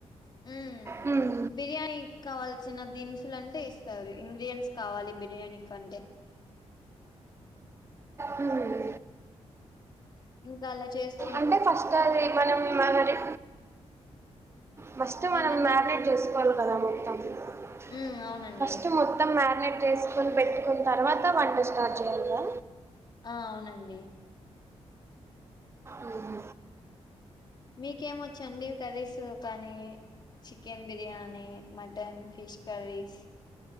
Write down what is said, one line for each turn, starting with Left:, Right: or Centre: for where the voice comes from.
Left: హ్
Right: హ్మ్
Left: బిర్యానీ కావాల్సిన దినుసులు అంటే ఇస్తారు ఇంగ్రీడియంట్స్ కావాలి బిర్యానీకి అంటే
Right: హ్మ్
Left: ఇంకా అలా చేస్త్
Right: అంటే ఫస్ట్ ఆది మనం మామెరి ఫస్ట్ మనం
Left: ఏంటండి
Right: మ్యారినేట్ చేసుకోవాలి కదాం <unintelligible>
Left: ఉమ్ అవునండి
Right: ఫస్ట్ మొత్తం మ్యారినేట్ చేసుకుని పెట్టుకుని తర్వాత వంట స్టార్ట్ చేయ్యాలిరా
Left: ఆ అవునండి
Right: హ్మ్
Left: మీకేమొచ్చండి కర్రీస్ కానీ chicken biryani mutton fish curries